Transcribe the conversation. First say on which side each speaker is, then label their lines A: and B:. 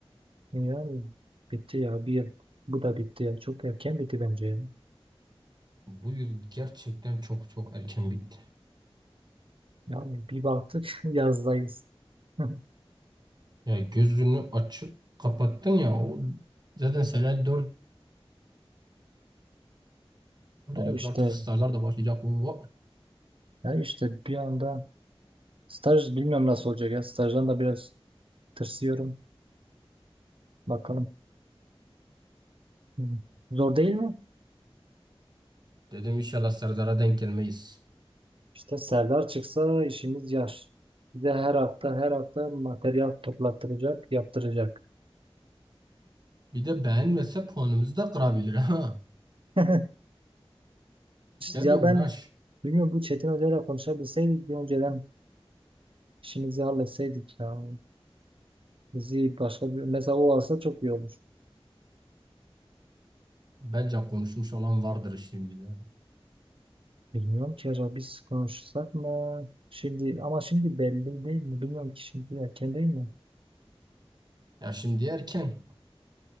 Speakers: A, on the right; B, on the right.
A: ya bitti ya bir yıl. Bu da bitti ya. Çok erken bitti bence ya.
B: Bu yıl gerçekten çok çok erken bitti.
A: Yani bir baktık <laughs> yazdayız. <laughs>
B: Ya gözünü açıp kapattın ya o zaten sene 4
A: Ya
B: oluyoruz
A: işte
B: artık stajlar da başlayacak. Oo,
A: ya işte bir anda staj bilmiyorum nasıl olacak ya. Stajdan da biraz tırsıyorum. Bakalım. Hı. Zor değil mi?
B: Dedim inşallah Serdar'a denk gelmeyiz.
A: İşte Serdar çıksa işimiz yar. Bize her hafta her hafta materyal toplattıracak, yaptıracak.
B: Bir de beğenmese puanımızı da kırabilir ha.
A: <laughs>
B: Gel
A: Ya
B: de uğraş.
A: ben bilmiyorum bu Çetin Hoca'yla konuşabilseydik bir önceden işimizi halletseydik ya. Bizi başka bir mesela o alsa çok iyi olur.
B: Bence konuşmuş olan vardır şimdi de.
A: Bilmiyorum ki acaba biz konuşsak mı? Şimdi ama şimdi belli değil mi? Bilmiyorum ki şimdi erken değil mi?
B: Ya şimdi erken.